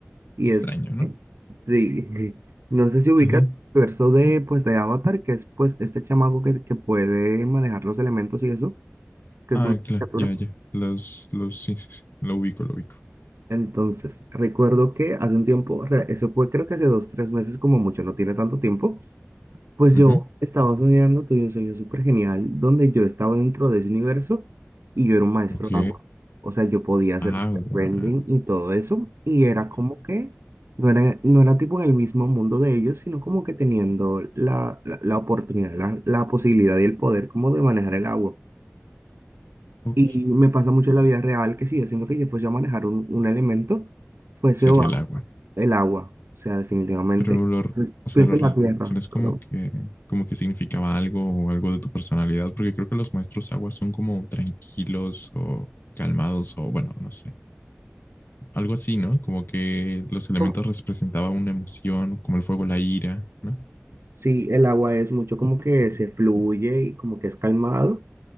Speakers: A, on the right; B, on the left.
A: Y
B: extraño,
A: es,
B: ¿no?
A: eh, sí, <laughs> no sé si ubicas
B: Ajá.
A: el verso de, pues, de Avatar, que es pues este chamaco que, que puede manejar los elementos y eso, que
B: Ah,
A: es una
B: claro,
A: criatura.
B: ya, ya. Los, los, sí, sí, sí. Lo ubico, lo ubico.
A: Entonces, recuerdo que hace un tiempo, re- eso fue creo que hace dos, tres meses como mucho, no tiene tanto tiempo, pues yo
B: Ujú.
A: estaba soñando, tuve un sueño súper genial donde yo estaba dentro de ese universo y yo era un maestro
B: Ok.
A: de agua. O sea, yo podía hacer
B: Agua.
A: bending y todo eso y era
B: <laughs>
A: como que no era, no era tipo en el mismo mundo de ellos, sino como que teniendo la, la, la oportunidad, la, la posibilidad y el poder como de manejar el agua.
B: Ok.
A: Y me pasa mucho en la vida real que si yo siento que yo fuese a manejar un, un elemento, fuese
B: Sería
A: o
B: el agua.
A: el agua, o sea, definitivamente.
B: Pero lo, o
A: Entonces,
B: sea,
A: piensa
B: lo relacionas
A: en la tierra,
B: como
A: claro.
B: que, como que significaba algo o algo de tu personalidad, porque creo que los maestros agua son como tranquilos o calmados o bueno, no sé, algo así, ¿no? Como que los elementos
A: Como-
B: representaban una emoción, como el fuego, la ira, ¿no?
A: Sí, el agua es mucho como que se fluye y como que es calmado